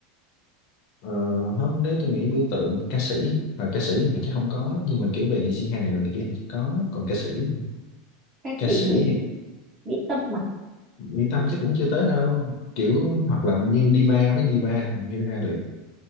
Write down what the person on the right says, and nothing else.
ca
sĩ
mỹ
mỹ tâm mà